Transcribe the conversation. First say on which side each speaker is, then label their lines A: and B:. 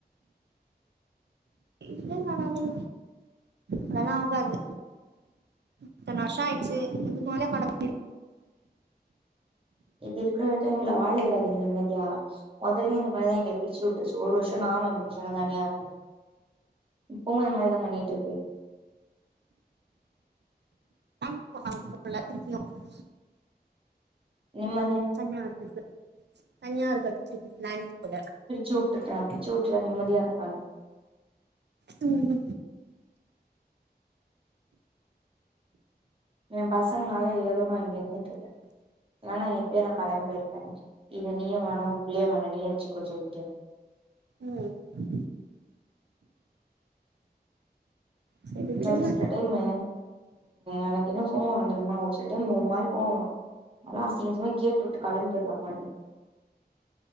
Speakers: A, on the right; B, on the right.
A: நீ என்ன அனாதையா அதலா ஆகாது இத்தன வருஷ ஆயிடுச்சு இதுக்கு மேலயு நடக்
B: இது இருக்கிற வரையு எங்கள வாழ விடாதுங்க நிம்மதியா மொதல்லையு இந்த மாரி தா எங்கள பிரிச்சு விட்ருச்சு ஒரு வருஷம் நானு என் புருஷனு தனியா இரு இப்பவு இந்த மாரிதா பண்ணிட்டு இருக்கு
A: <inaudible>
B: நிம்ம
A: தனியா <unintelligible> தனியா இருக்கறதுக்கு ப்ளான் போல
B: பிரிச்சு வுட்டுற பிரிச்சு விட்டுற நிம்மதியா இருக்கான்னு
A: ம்
B: என் பசங்கனால ஏதோ நா இங்க இருந்துட்டு இருக்க இல்லனா எப்பயோ நா கெளம்பி போயிருப்ப இது நீ வேணா உ புள்ளையு வேண நீயே வச்சிக்கோன்னு சொல்ட்டு
A: ம் சரி விடுங்க
B: ஒரு சில டைமு எனக்கு என்ன கோவ வரு தெரியுமா ஒரு சில டைம் ஒரு மாதிரி கோவம் வரு நல்லா அசிங்க அசிங்கமா கேட்டுவிட்டு கெளம்பிடலாமானு